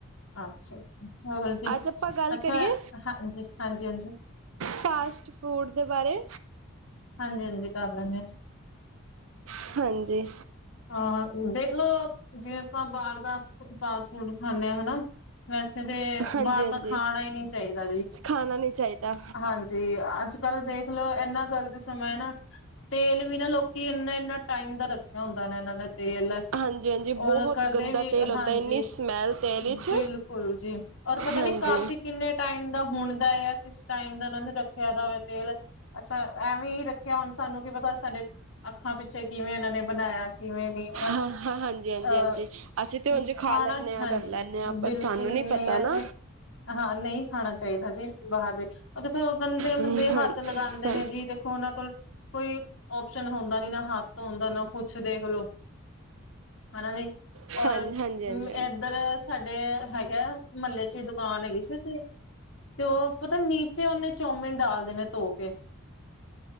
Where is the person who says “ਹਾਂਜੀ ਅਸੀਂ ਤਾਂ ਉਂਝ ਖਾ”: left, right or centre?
Right